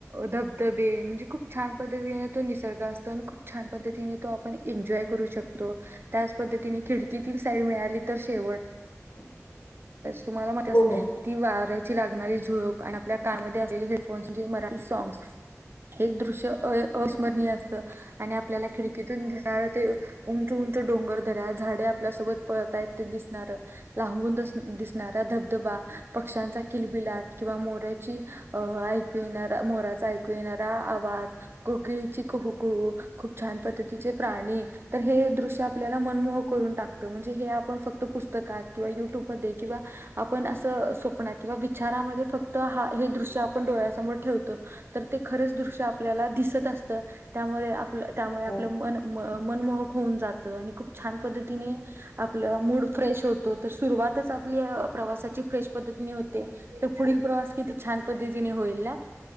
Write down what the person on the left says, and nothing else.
<unintelligible>
हो
हो
हो